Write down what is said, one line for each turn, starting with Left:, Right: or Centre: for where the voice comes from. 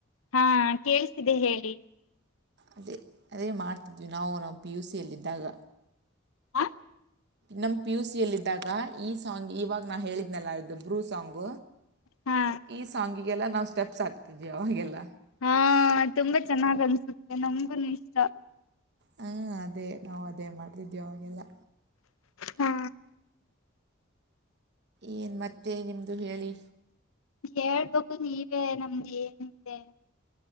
Left: ಹಾ ಕೇಳಿಸ್ತಿದೆ ಹೇಳಿ.
Right: ಅದೇ ಅದೇ ಮಾಡ್ತಿದ್ವಿ ನಾವು ನಾವು ಪಿ ಯು ಸಿ ಯಲ್ಲಿದ್ದಾಗ.
Left: ಹ
Right: ನಮ್ ಪಿ ಯು ಸಿಿಯಲ್ಲಿ ಇದ್ದಾಗ ಈ ಸಾಂಗ್ ಇವಾಗ ನಾ ಹೇಳಿದ್ನಲ್ಲ ಇದು ಬ್ರೂ ಸಾಂಗ್
Left: ಹಾ
Right: ಈ ಸಾಂಗಿಗೆಲ್ಲ ನಾವು ಸ್ಟೆಪ್ಸ್ ಹಾಕತಿದವಿ ಅವಾಗೆಲ್ಲ.
Left: ಹಾ ತುಂಬಾ ಚೆನ್ನಾಗ್ ಅನ್ಸುತ್ತೆ ನಮಗುನು ಇಷ್ಟ.
Right: ಹ್ಮ ಅದೇ ನಾವು ಅದೇ ಅದೇ ಮಾಡ್ತಿದ್ದೆ ಅವಾಗ ಎಲ್ಲಾ.
Left: ಹಾ
Right: ಏನು ಮತ್ತೆ ನಿಮ್ಮದು ಹೇಳಿ.
Left: ಹೇಳ್ಬೇಕು ನೀವೇ ನಮ್ದ ಏನ ಇದೆ.